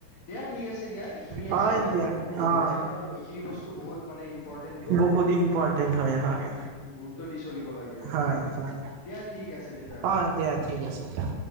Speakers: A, on the left; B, on the right.
A: দিয়া ঠিক আছে দিয়া এইখিনিয়ে
B: হয়
A: আছিলে
B: দিয়া
A: মানে ক'ব
B: হয়
A: গ'লে কাৰণ এইখিনি বস্তু বহুত মানে ইম্পৰ্টেণ্টটো
B: বহুত ইম্পৰ্টেণ্ট হয়
A: বহুত
B: হয়
A: গুৰুত্ব দি চলিব লাগে আৰু
B: হয়
A: তেনেকৈ
B: হয়
A: দিয়া ঠিক আছে তেতিয়াহলে
B: অ দিয়া ঠিক আছে দিয়া